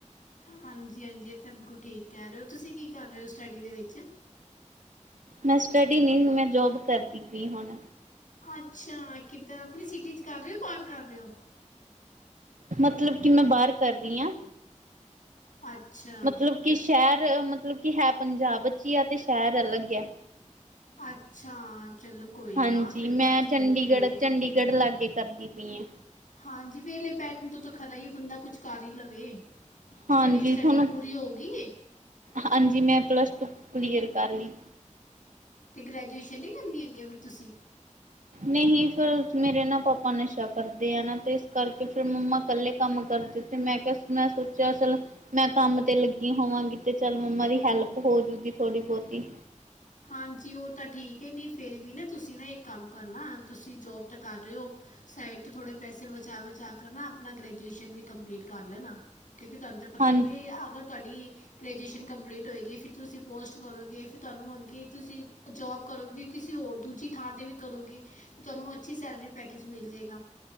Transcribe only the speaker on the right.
ਮੈਂ ਸਟੱਡੀ ਨਹੀਂ ਸੀ ਮੈਂ ਜੋਬ ਕਰਦੀ ਪਈ ਹੁਣ
ਮਤਲਬ ਕਿ ਮੈਂ ਬਾਹਰ ਕਰ ਰਹੀ ਹਾਂ
ਮਤਲਬ ਕਿ ਸ਼ਹਿਰ ਮਤਲਬ ਕਿ ਹੈ ਪੰਜਾਬ ਵਿੱਚ ਹੀ ਆ ਤੇ ਸ਼ਹਿਰ ਅਲੱਗ ਆ
ਹਾਂਜੀ
ਮੈਂ
ਚੰਡੀਗੜ੍ਹ
ਚੰਡੀਗੜ੍ਹ ਲਾਗੇ ਕਰਦੀ ਪਈ ਐ
ਹਾਂਜੀ
ਤੁਹਾਨੂੰ
ਹਾਂਜੀ ਮੈਂ ਪਲੱਸ ਟੂ ਕਲੀਅਰ ਕਰ ਲਈ।
ਨਹੀਂ ਫਿਰ ਮੇਰੇ ਨਾ ਪਾਪਾ ਨਸ਼ਾ ਕਰਦੇ ਆ ਨਾ ਤੇ ਇਸ ਕਰਕੇ ਫਿਰ ਮੰਮਾ ਇਕੱਲੇ ਕੰਮ ਕਰਦੇ। ਮੈਂ ਕਿਹਾ ਮੈਂ ਸੋਚਿਆ ਚੱਲੋ ਮੈਂ ਕੰਮ ਤੇ ਲੱਗੀ ਹੋਵਾਂਗੀ ਤੇ ਚੱਲ ਮੰਮਾ ਦੀ ਹੈਲਪ ਹੋਜੂਗੀ ਥੋੜ੍ਹੀ ਬਹੁਤੀ।
ਹਾਂਜੀ